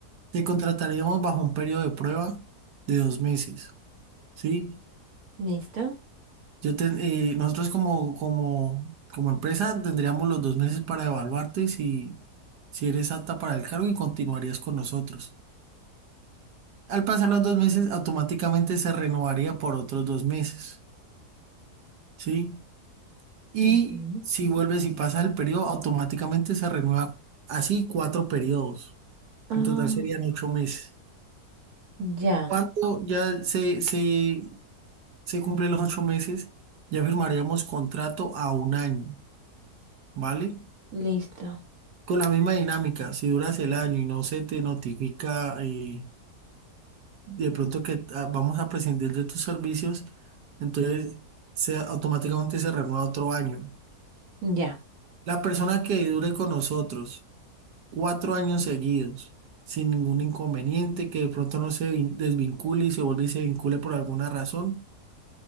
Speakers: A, on the right; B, on the right.
A: Te contrataríamos bajo un periodo de prueba de dos meses, ¿sí?
B: ¿Listo?
A: Yo te- eh, nosotros como, como, como empresa tendríamos los dos meses para evaluarte si, si eres apta para el cargo y continuarías con nosotros. Al pasar los dos meses, automáticamente se renovaría por otros dos meses, ¿sí? Y
B: Ujú.
A: si vuelves y pasas el periodo, automáticamente se renueva así cuatro periodos.
B: Ah,
A: En total serían ocho meses.
B: ya,
A: Cuando ya se, se, se cumplen los ocho meses, ya firmaríamos contrato a un año, ¿vale?
B: listo.
A: Con la misma dinámica, si duras el año y no se te notifica eh, de pronto que ah, vamos a prescindir de tus servicios, entonces se, automáticamente se renueva otro año.
B: Ya.
A: La persona que dure con nosotros cuatro años seguidos, sin ningún inconveniente, que de pronto no se vin- desvincule y se vuelve y se vincule por alguna razón,